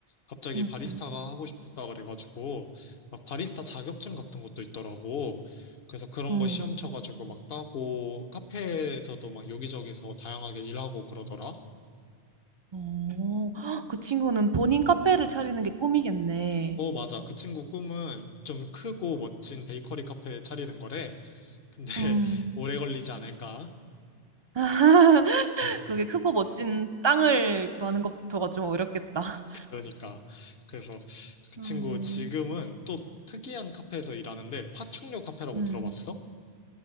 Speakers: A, on the left; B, on the right.
A: 갑자기
B: 음,
A: 바리스타가
B: 음,
A: 하고 싶었다 그래가지고, 막 바리스타 자격증 같은 것도 있더라고. 그래서 그런
B: 음.
A: 거 시험 쳐가지고 막 따고, 카페에서도 막 여기저기서 다양하게 일하고 그러더라.
B: 어, 헉, 그 친구는 본인 카페를 차리는 게 꿈이겠네.
A: 어, 맞아. 그 친구 꿈은 좀 크고 멋진 베이커리 카페 차리는 거래. 근데 <laughs>
B: 음.
A: 오래 걸리지 않을까?
B: <laughs>
A: <laughs>
B: 그렇게 크고 멋진 땅을 구하는 것부터가 좀 어렵겠다.
A: 그러니까 그래서 그
B: 음,
A: 친구 지금은 또 특이한 카페에서 일하는데 파충류 카페라고
B: 음.
A: 들어봤어?